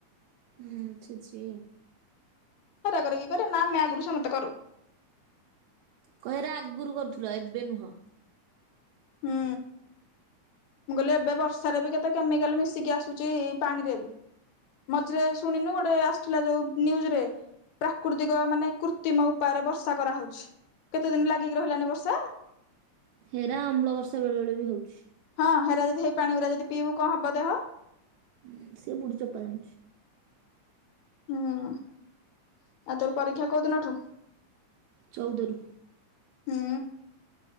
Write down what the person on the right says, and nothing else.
ହୁଁ ଛି ଛି।
କ ହେରା ଆଗରୁ କରୁଥୁଲ ଏବେ ନୁହଁ।
ହେରା ଅମ୍ଳ ବର୍ଷା ବେଳେ ବେଳେ ବି ହଉଛି।
ହୁଁ ସେ ବୁଢି ଚୋପା ଜାଣୁଛି।
ଚଉଦରୁ।